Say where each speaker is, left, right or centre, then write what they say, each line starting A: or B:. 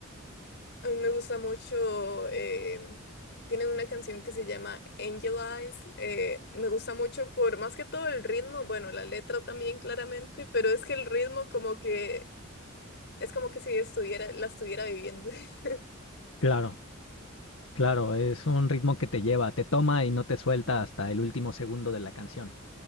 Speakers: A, on the left; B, on the left.
A: A mí me gusta mucho, em, tienen una canción que se llama Angel Eyes, eh, me gusta mucho por más que todo el ritmo, bueno, la letra también claramente, pero es que el ritmo como que es como que si estuviera, la estuviera viviendo. <laughs>
B: Claro, claro, es un ritmo que te lleva, te toma y no te suelta hasta el último segundo de la canción.